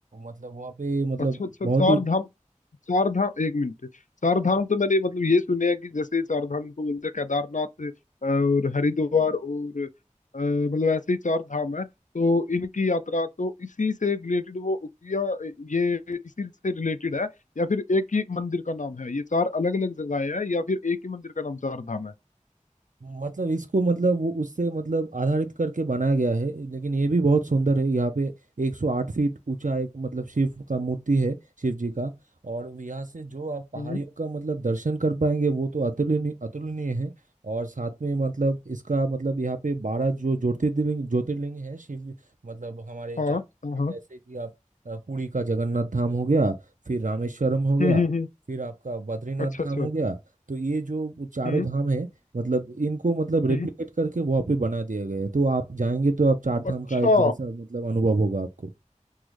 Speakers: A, on the right (about 75°); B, on the left (about 70°).
A: मतलब वहाँ पे मतलब
B: अच्छा अच्छा
A: बहुत
B: चार
A: ही
B: धाम चार धाम एक मिनट चार धाम तो मैंने मतलब ये सुने हैं कि जैसे चार धाम को बोलते हैं केदारनाथ अ, और हरिद्वार और अ, मतलब ऐसे ही चार धाम है तो इनकी यात्रा तो इसी से रिलेटेड वो या ये इसी से रिलेटेड है या फिर एक ही मंदिर का नाम है ये चार अलग अलग जगह है या फिर एक ही मंदिर का नाम चार धाम है
A: मतलब इसको मतलब वो उससे मतलब आधारित करके बनाया गया है लेकिन ये भी बहुत सुंदर है यहाँ पे 108 फीट ऊंचा एक मतलब शिव का मूर्ति है शिव जी का और यहाँ से जो आप पहाड़ियों
B: हम्म
A: का मतलब दर्शन कर पाएंगे वो तो अतुलनीय अतुलनीय है और साथ में मतलब इसका मतलब यहाँ पे बारह जो ज्योतिर्लिंग ज्योतिर्लिंग है शिव मतलब हमारे
B: हाँ
A: चार
B: हाँ
A: जैसे
B: हाँ,
A: कि आप अ, पुरी का जगन्नाथ धाम हो गया फिर रामेश्वरम हो गया
B: हम्म हम्म हम्म
A: फिर आपका बद्रीनाथ
B: अच्छा
A: धाम
B: अच्छा
A: हो गया तो ये जो चारों
B: हम्म
A: धाम है मतलब इनको मतलब
B: हम्म
A: रेप्लिकेट करके वहाँ पे बना दिया गया है तो आप जाएंगे तो आप चार
B: अच्छा
A: धाम का एक जैसा मतलब अनुभव होगा आपको